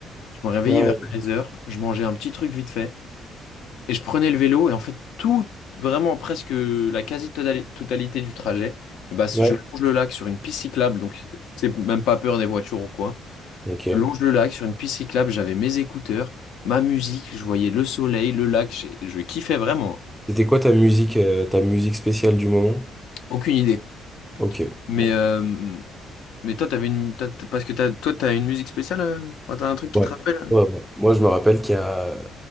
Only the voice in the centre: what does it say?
Ouais.
Ouais.
Ok.
C'était quoi ta musique, euh, ta musique spéciale du moment?
Ok,
bon.
Ouais.
Ouais, ouais. Moi, je me rappelle qu'il y a,